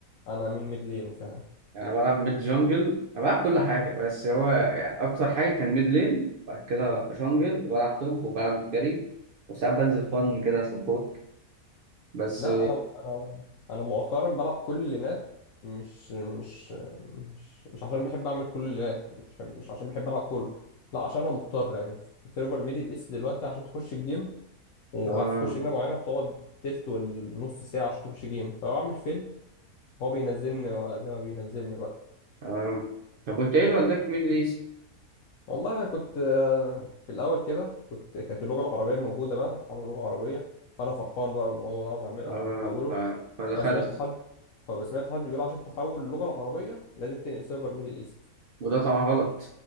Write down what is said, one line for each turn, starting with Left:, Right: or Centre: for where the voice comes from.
Left: انا مين ميدلين فعلا
Right: يعني انا بلعب ميد جونجل انا بلعب كل حاجه بس هو يعني اكتر حاجه كان ميد لين وبعد كده جونجل وبلعب توب وبلعب جاري وساعات بنزل فن كده سبورت بس
Left: لا انا انا انا مؤخرا بلعب كل اللينات مش مش مش مش عشان بحب اعمل كل اللينات مش مش عشان بحب العب كله لا عشان انا مضطر يعني في سيرفر ميدل ايست دلوقتي عشان تخش الجيم وعايز
Right: آه
Left: تخش لينه معينه بتقعد تلت والنص ساعه عشان تخش جيم فبعمل فيل هو بينزلني زي ما بينزلني بقى
Right: آه. طب وانت ايه اللي وداك ميدل ايست؟
Left: والله كنت آه، في الاول كده كنت كانت اللغه العربيه موجوده بقى عامل لغه عربيه فانا فرحان بقى بالموضوع ده عاوز اعمل
Right: آه.
Left: احوله
Right: ف... فدخلت
Left: انا سمعت حد فسمعت حد بيقول عشان تحول اللغه العربيه لازم تنقل سيرفر ميدل ايست
Right: وده طبعا غلط